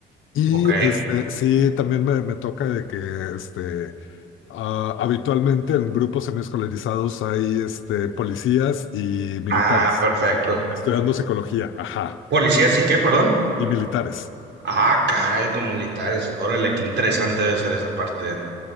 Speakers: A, on the left; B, on the right.
A: Y
B: ok.
A: este, sí, también me, me toca de que este, ah, habitualmente en grupos semiescolarizados hay este, policías y militares,
B: Ah, perfecto.
A: estudiando psicología, ajá,
B: ¿Policías y qué, perdón?
A: y militares.
B: Ah, caray, con militares. Órale, qué interesante debe ser esa parte.